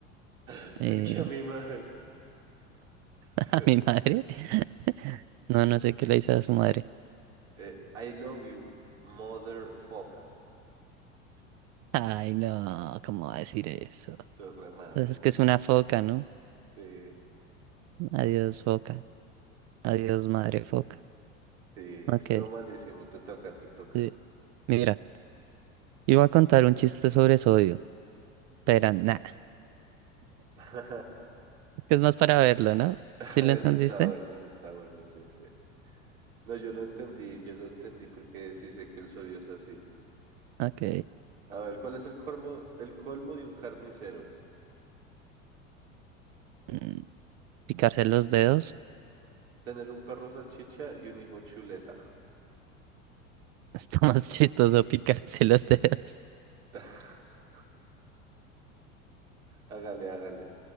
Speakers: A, on the right; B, on the right.
A: <laughs>
B: Eh,
A: Dice que a mi madre.
B: <laughs>
A: <laughs>
B: ¿a mi madre? <laughs> No, no sé qué le dice a su madre.
A: Eh, I love you, mother foca.
B: Ay, no, ¿cómo va a decir eso?
A: Estuvo re malo,
B: Entonces es
A: sí.
B: que es una foca, ¿no?
A: Sí,
B: Adiós, foca. Adiós, madre foca.
A: sí,
B: Ok,
A: estuvo malísimo. Te toca, te toca.
B: sí. Mira, iba a contar un chiste sobre sodio, pero nada.
A: <laughs>
B: Que es más para verlo, ¿no?
A: Eso
B: ¿Sí lo entendiste?
A: está bueno, eso está bueno, sí, sí. No, yo lo entendí, yo lo entendí porque sí sé que el sodio es así.
B: Ok.
A: A ver, ¿cuál es el colmo, el colmo de un carnicero?
B: Mm, Picarse los dedos.
A: Tener un perro salchicha y un hijo chuleta.
B: <laughs> Está más chistoso picarse los dedos.
A: <laughs> Hágale, hágale.